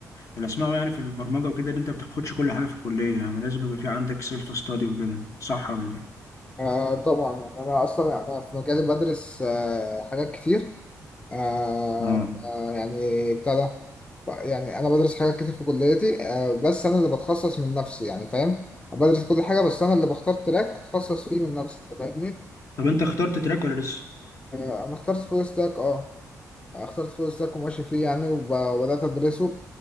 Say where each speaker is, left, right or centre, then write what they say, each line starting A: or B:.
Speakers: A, on the left; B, on the left.
A: اللي اسمعه يعني في البرمجه وكده ان انت ما بتاخدش كل حاجه في الكليه يعني لازم يبقى في عندك سيلف ستادي وكده صح ولا ايه
B: آه طبعا يعني أنا أصلا يعني أنا في مجالي بدرس آه حاجات كتير آه
A: اه
B: آه يعني بتاع ده يعني أنا بدرس حاجات كتير في كليتي آه بس أنا اللي بتخصص من نفسي يعني فاهم؟ بدرس كل حاجة بس أنا اللي بختار تراك أتخصص فيه من نفسي أنت فاهمني؟
A: طب انت اخترت تراك ولا لسه
B: آه، انا اخترت فول ستاك اه اخترت فول ستاك وماشي فيه يعني وب- وبدات ادرسه